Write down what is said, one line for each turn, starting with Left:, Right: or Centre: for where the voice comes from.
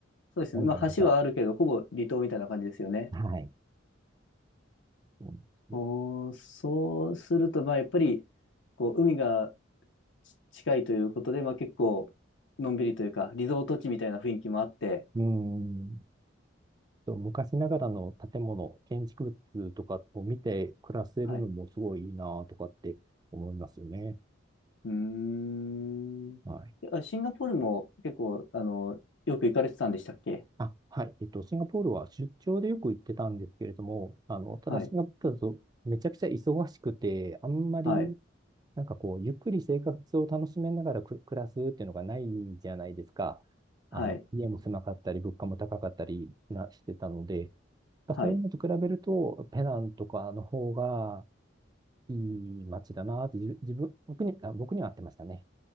Left: そうですね。
Right: 本土の方から。
Left: まあ、橋はあるけど、ほぼ離島みたいな感じですよね。
Right: はい。そうなんですよ
Left: おー、そうすると、まあ、やっぱり、こう、海がち近いということで、まあ、結構、のんびりというか、リゾート地みたいな雰囲気もあって、
Right: うーん。そう昔ながらの建物、建築物とかを見て暮らせるのもすごいいいなとかって思いますよね。
Left: はいうーん。
Right: はい。
Left: あ、シンガポールも結構、あの、よく行かれてたんでしたっけ
Right: あ、はい。えっと、シンガポールは出張でよく行ってたんですけれども、あの、ただシンガポールだとめちゃくちゃ忙しくて、
Left: はい。
Right: あんまり、
Left: はい。
Right: なんかこう、ゆっくり生活を楽しめながらく暮らすっていうのがないじゃないですか。
Left: はい。
Right: あの、家も狭かったり、物価も高かったりなしてたので、
Left: はい。
Right: そういうのと比べると、ペナンとかの方が、いい街だなーって、じ自分、僕に、あ、僕には合ってましたね。